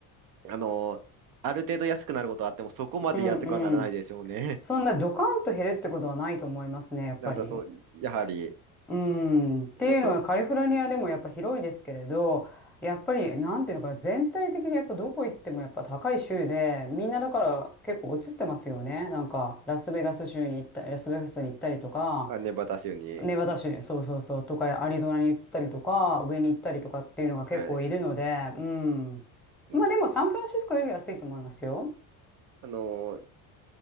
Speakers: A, on the right; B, in the centre.
A: あの、ある程度安くなることはあっても、そこまで安くはならないでしょうね。
B: うんうん。そんなドカンと減るってことはないと思いますね、やっぱり。
A: <laughs> なさそう、やはり、
B: うん。っていうのはカリフォルニアでもやっぱ広いですけれど、
A: そうそう
B: やっぱりなんていうのかな、全体的にやっぱどこ行ってもやっぱ高い州で、みんなだから結構移ってますよね。なんかラスベガス州に行った、ラスベガスに行ったりとか、
A: あネバダ州に。
B: ネバダ州、そうそうそう、とかアリゾナに移ったりとか、上に行ったりとかっていうのが結構いるので、
A: はい。
B: うん。
A: うん
B: まあでもサンフランシスコより安いと思いますよ。
A: あの、